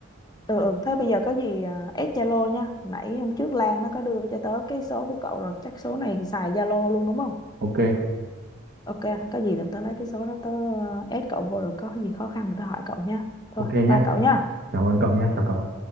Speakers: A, on the left; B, on the right.
A: Ừ, ừ. Thế bây giờ có gì à, add Zalo nha. Nãy hôm trước Lan nó có đưa cho tớ cái số của cậu rồi, chắc số này xài Zalo luôn đúng không?
B: ok
A: Ok, thôi có gì là tớ lấy cái số đó tớ ờ, add cậu vô rồi có gì khó khăn thì tớ hỏi cậu nha. Thôi,
B: ok nhá
A: bye cậu nha.
B: cảm ơn cậu nhé chào cậu